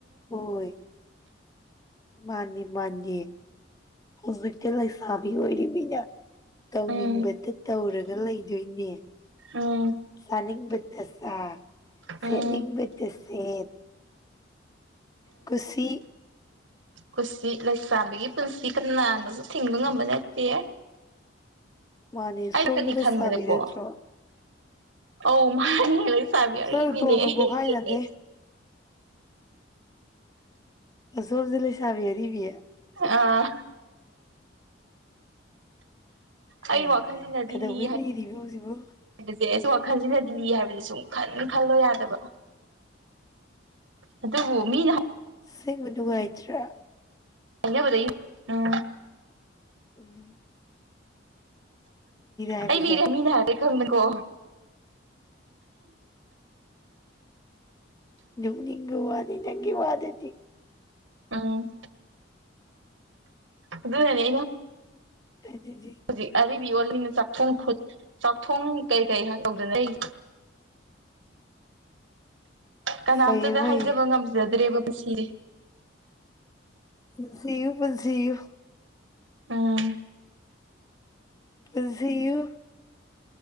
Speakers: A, on the left; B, on the right.
A: ꯍꯣꯏ ꯃꯥꯅꯦ ꯃꯥꯥꯟꯅꯦ ꯍꯧꯖꯤꯛꯇꯤ ꯂꯩꯁꯥꯕꯤ ꯑꯣꯏꯔꯤꯃꯤꯅ ꯇꯧꯅꯤꯡꯕꯇ
B: ꯎꯝ
A: ꯇꯧꯔꯒ ꯂꯩꯗꯣꯏꯅꯦ
B: ꯎꯝ
A: ꯆꯥꯅꯤꯡꯕꯇ ꯆꯥ
B: ꯎꯝ
A: ꯁꯦꯠꯅꯤꯡꯕꯇ ꯁꯦꯠ ꯀꯨꯁꯤ
B: ꯀꯨꯁꯤ ꯂꯩꯁꯥꯕꯤꯒꯤ ꯄꯨꯟꯁꯤ ꯀꯅꯥꯅꯁꯨ ꯊꯤꯡꯕ ꯉꯝꯕ ꯅꯠꯇꯦ
A: ꯃꯥꯅꯦ
B: <unintelligible>
A: ꯁꯣꯝꯁꯨ
B: ꯈꯟꯕꯅꯀꯣ
A: ꯂꯩꯁꯥꯕꯤ ꯅꯠꯇ꯭ꯔꯣ
B: ꯑꯧ ꯃꯥꯅꯤ ꯂꯩ ꯐꯥꯕꯤ ꯑꯔꯤꯕꯤꯅꯦ
A: ꯆꯠꯂꯨ ꯇꯣꯡꯅ
B: ꯍꯤ
A: ꯄꯣꯛꯈꯥꯏꯅꯗꯦ
B: ꯍꯤ ꯍꯤ
A: ꯑꯁꯣꯝꯁꯦ ꯂꯩꯁꯥꯕꯤ ꯑꯔꯤꯕꯤ
B: ꯑꯥ
A: ꯍ
B: ꯑꯩ ꯋꯥꯈꯜꯁꯤꯅꯗꯤ
A: ꯀꯩꯗꯧꯕꯩ
B: ꯂꯤ
A: ꯂꯤꯔꯤꯕꯣ ꯍꯧꯖꯤꯛꯕꯣ
B: ꯍꯥꯏꯕꯁꯦ ꯋꯥꯈꯜꯁꯤꯅꯗꯤ ꯂꯤ ꯍꯥꯏꯕꯁꯦ ꯁꯨꯡꯈꯟ ꯈꯟꯂꯣ ꯌꯥꯗꯕ ꯑꯗꯨꯕꯨ ꯃꯤꯅ ꯍꯥ
A: ꯑꯁꯦꯡꯕ ꯅꯨꯡꯉꯥꯏꯇ꯭ꯔꯥ
B: ꯑꯩꯅꯕꯗꯩ ꯎꯝ
A: ꯎꯝ ꯍꯥꯏꯕꯁꯦ
B: ꯑꯩ ꯂꯤꯔꯦ ꯃꯤꯅ ꯍꯥꯏꯕꯒꯤ ꯈꯪꯕꯅꯤꯀꯣ
A: ꯅꯣꯛꯅꯤꯡꯕ ꯋꯥꯅꯦ ꯅꯪꯒꯤ ꯋꯥꯗꯨꯗꯤ
B: ꯎꯝ ꯑꯗꯨꯅꯅꯦ
A: <unintelligible>
B: ꯍꯧꯖꯤꯛ ꯑꯔꯤꯕ ꯑꯣꯜꯕꯅꯤꯅ ꯆꯥꯛꯊꯣꯡ ꯈꯨꯠ ꯆꯥꯛꯊꯣꯡ ꯀꯩ ꯀꯩ ꯍꯥꯏ ꯇꯧꯗꯅ ꯑꯩꯔꯤꯁꯦ ꯀꯅꯥꯝꯇꯗ
A: ꯐꯩꯌꯦ ꯐꯩꯌꯦ
B: ꯍꯥꯏꯖꯕ ꯉꯝꯖꯗ꯭ꯔꯦꯕ ꯄꯨꯟꯁꯤ
A: ꯄꯨꯟꯁꯤꯎ ꯄꯨꯟꯁꯤꯎ
B: ꯎꯝ
A: ꯄꯨꯟꯁꯤꯌꯨ